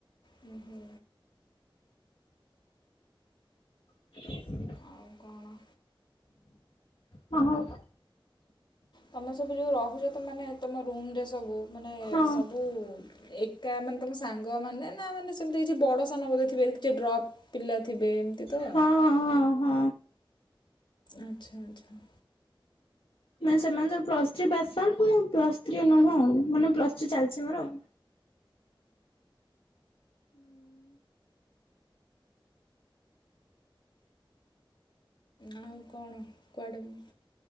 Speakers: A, on the left; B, on the left.
A: ହୁଁ ହୁଁ।
B: <unintelligible>
A: ଆଉ କଣ?
B: ହ ହଉ।
A: ତମେ ସବୁ ଯୋଉ ରହୁଚ ତ ମାନେ ତମ ରୁମ୍ ରେ ସବୁ ମାନେ
B: ହଁ
A: ସବୁ ଏ କା ମାନେ ତମ ସାଙ୍ଗମାନେ ନା ମାନେ ସେମିତି କିଛି ବଡ଼ ସାନ ବୋଧେ ଥିବେ କିଛି ଡ୍ରପ୍ ପିଲା ଥିବେ ଏମିତି ତ?
B: ହଁ ହଁ ହଁ।
A: ଆଚ୍ଛା ଆଚ୍ଛା।
B: ମାନେ ସେମାନେ ସବୁ ପ୍ଲସ ଥ୍ରୀ ପାସ୍ ଆଉଟ୍ ମୁଁ ପ୍ଲସ୍ ଥ୍ରୀ ନୁହଁ ଆଉ ମାନେ ପ୍ଲ ଚି ଚାଲିଚି ମୋର ହୁଁ।
A: ଆଉ କଣ କୁଆଡେ ମୁ